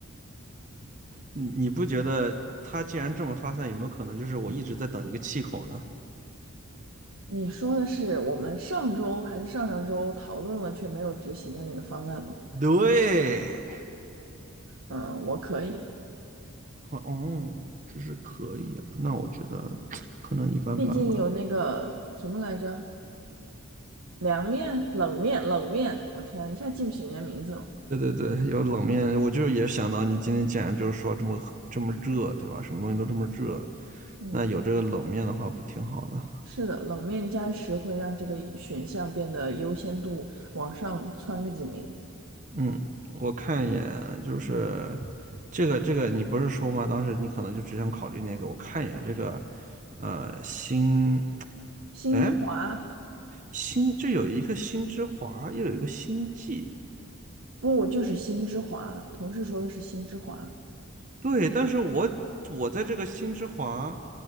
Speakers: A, on the right (about 35°); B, on the right (about 70°).
A: 你你不觉得它既然这么发散，有没有可能就是我一直在等一个气口呢？
B: 你说的是我们上周还是上上周讨论了却没有执行的那个方案吗？
A: 对，
B: 嗯，我可以，
A: 哦，这是可以啊。那我觉得可能一般般吧。
B: 毕竟有那个什么来着，凉面、冷面、冷面，我天啊，一下记不起人家名字了。
A: 对对对，有冷面，我就也想到你今天既然就是说这么这么热，对吧？什么东西都这么热，
B: 嗯，
A: 那有这个冷面的话不挺好的？
B: 是的，冷面加持会让这个选项变得优先度往上窜个几名。
A: 嗯，我看一眼啊，就是这个这个，你不是说吗？当时你可能就只想考虑那个。我看一眼这个，呃，新，
B: 星之华，
A: 哎，新，这有一个新之华，又有一个星际，
B: 不，就是星之华，同事说的是星之华。
A: 对。但是我我在这个新之华，